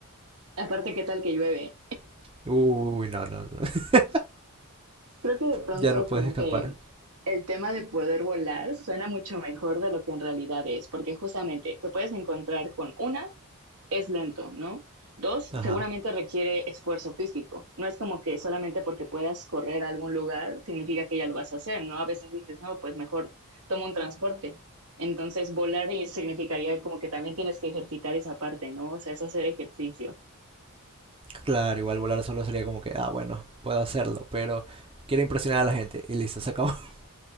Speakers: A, on the right (about 80°); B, on the right (about 25°).
A: Aparte, ¿qué tal que llueve?
B: <laughs> Uy, no, no, no. <laughs>
A: Creo que de pronto
B: ya no puedes
A: como
B: escapar.
A: que el tema de poder volar suena mucho mejor de lo que en realidad es, porque justamente te puedes encontrar con una, es lento, ¿no? Dos,
B: Ajá.
A: seguramente requiere esfuerzo físico. No es como que solamente porque puedas correr a algún lugar significa que ya lo vas a hacer, ¿no? A veces dices, no, pues mejor tomo un transporte. Entonces, volar significaría como que también tienes que ejercitar esa parte, ¿no? O sea, es hacer ejercicio,
B: Claro, igual volar solo sería como que, ah, bueno, puedo hacerlo, pero quiero impresionar a la gente y listo, se acabó. <laughs>